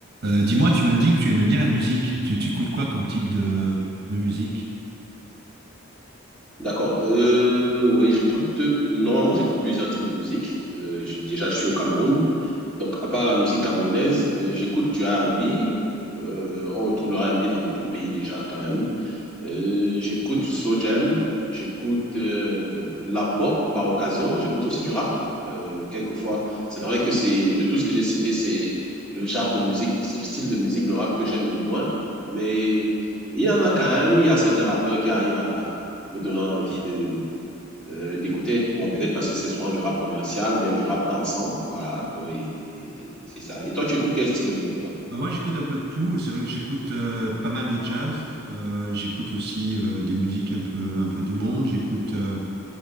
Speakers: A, on the right; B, in the centre.
A: Euh, dis-moi, tu m'as dit que tu aimais bien la musique. Tu, tu écoutes quoi comme type de, de musique?
B: D'accord. Euh, oui, j'écoute. euh, Normalement, j'écoute plusieurs types de musique. Euh, j'ai- déjà, je suis au Cameroun. Donc, à part la musique camerounaise, euh, j'écoute du R&B. Euh, on retrouve le R&B dans beaucoup de pays déjà, quand même. Euh, j'écoute du slow jam, j'écoute euh, la pop par occasion, j'écoute aussi du rap euh, quelquefois. C'est vrai que c'est de tout ce que j'ai cité, c'est le genre de musique, c'est le style de musique, le rap que j'aime le moins. Mais il y en a quand même, il y a certains rappeurs qui arrivent à me donner envie de euh, d'écouter. Bon, peut-être parce que c'est souvent du rap commercial ou bien du rap dansant, voilà. Oui, et c'est ça. Et toi, tu écoutes quel style de musique, toi?
A: Bah, Moi, j'écoute un peu de tout. C'est vrai que j'écoute euh, pas mal de jazz. Euh, j'écoute aussi euh, des musiques un peu, un peu du monde. J'écoute euh,